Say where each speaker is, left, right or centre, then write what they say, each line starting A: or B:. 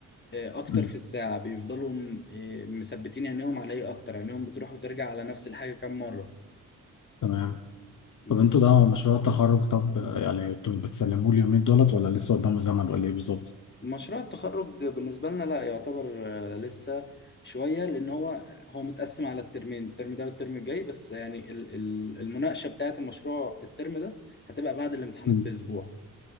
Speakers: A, on the left (about 30°); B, on the left (about 60°).
A: آه، اكتر
B: مم.
A: في الساعه بيفضلوا م- آه، مثبتين عينيهم على ايه اكتر عينيهم بتروح وترجع على نفس الحاجه كام مره
B: تمام طب
A: بس
B: انتوا ده مشروع التخرج طب آه، يعني انتوا بتسلموه اليومين دولت ولا لسه قدام زمن ولا ايه بالظبط؟
A: مشروع التخرج بالنسبه لنا لا يعتبر آه، لسه شويه لان هو هو متقسم على الترمين الترم ده والترم الجاي بس يعني ال- ال- المناقشه بتاعه المشروع الترم ده هتبقى بعد الامتحانات
B: مم.
A: باسبوع